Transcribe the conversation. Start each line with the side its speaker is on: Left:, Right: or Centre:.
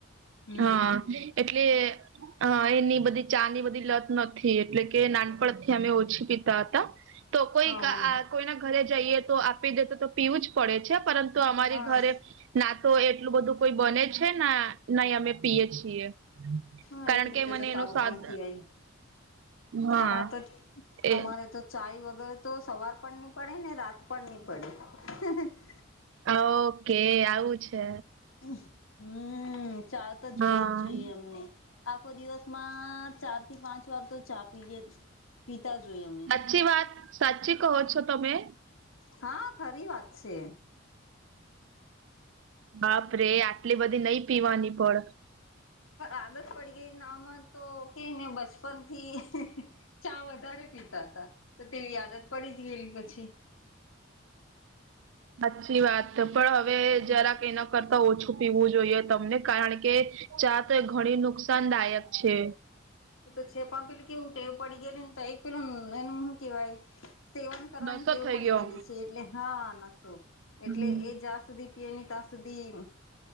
Left: હમ
Right: હા.
Left: હમ
Right: એટલે હં, એની બધી ચાની બધી લત નથી. એટલે કે નાનપણથી અમે ઓછી પીતા હતા. તો કોઈક
Left: હા હા હા
Right: આ કોઈના ઘરે જઈએ તો આપી દેતો તો પીવું જ પડે છે. પરંતુ અમારી ઘરે
Left: હા
Right: ના તો એટલું બધું કોઈ બને છે, ના નહીં અમે પીએ છીએ.
Left: હા,
Right: કારણ
Left: એક રીતે
Right: કે મને
Left: તો
Right: એનો
Left: સારું
Right: સ્વાદ
Left: પણ કેવાય.
Right: હા
Left: અમારે તો,
Right: એ
Left: અમારે તો ચાય વગેરે તો સવાર પણ નહીં પડે, ને રાત પણ ની પડે. હં હં.
Right: ઓકે, આવું છે.
Left: <unintelligible> હમ્મ. ચા તો જોઈએ
Right: હા
Left: જ જોઈએ અમને. આખો દિવસમાં, ચાર થી પાંચ વાર તો ચા પીએ જ પીતા જ હોઈએ અમે.
Right: સાચી વાત? સાચી કહો છો તમે?
Left: હા, ખરી વાત છે.
Right: બાપરેે, આટલી બધી નઈં પીવાની પણ
Left: આદત પડી ગઈ, ના આમાં તો કેઈને બચપન થી હં હં. ચા વધારે પીતા હતા, તો તેવી આદત પડી જ ગયેલી પછી.
Right: સાચ્ચી વાત. પણ હવે
Left: હમ.
Right: જરાક એના કરતા ઓછું પીવું જોઈએ તમને. કારણ કે ચા તો એ ઘણી નુકસાનદાયક છે.
Left: એ તો છે, પણ પેલું કેવું, ટેવ પડી ગેલી ને તો એક પિલો એન હું કેવાય સેવન કરવાની
Right: નશો
Left: ટેવ
Right: થઈ
Left: પડી
Right: ગયો
Left: ગયેલી છે, એટલે હા નસો.
Right: હમ
Left: એટલે એ જ્યાં સુધી પીએ ની તાં સુધી,